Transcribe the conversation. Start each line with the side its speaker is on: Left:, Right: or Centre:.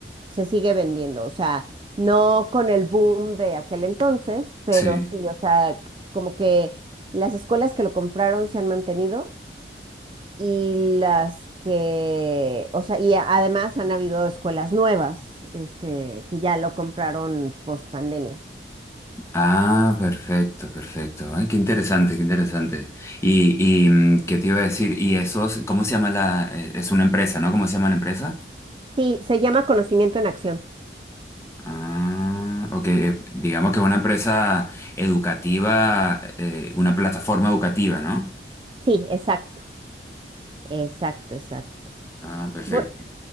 Right: se sigue vendiendo. O sea, no con el boom de aquel entonces, pero
Left: Sí.
Right: sí, o sea, como que las escuelas que lo compraron se han mantenido y las que, o sea, y a- además han habido escuelas nuevas, este, que ya lo compraron post pandemia.
Left: Ah, perfecto, perfecto. Ay, qué interesante, qué interesante. Y, y mm, qué te iba a decir, y eso, es- ¿cómo se llama la, eh, es una empresa, ¿no? ¿Cómo se llama la empresa?
Right: Sí, se llama conocimiento en acción.
Left: Ah, ok, eh, digamos que es una empresa educativa, eh, una plataforma educativa, ¿no?
Right: Sí, exacto, exacto, exacto.
Left: Ah, perfecto.
Right: Bu-